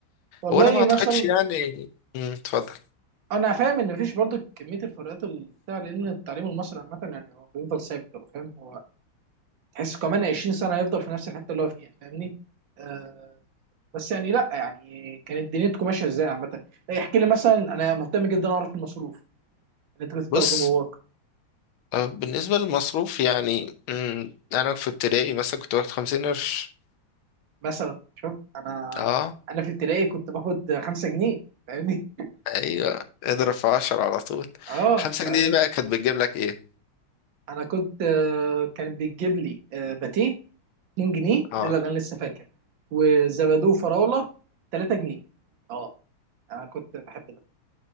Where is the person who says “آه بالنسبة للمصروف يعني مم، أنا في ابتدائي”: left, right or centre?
Left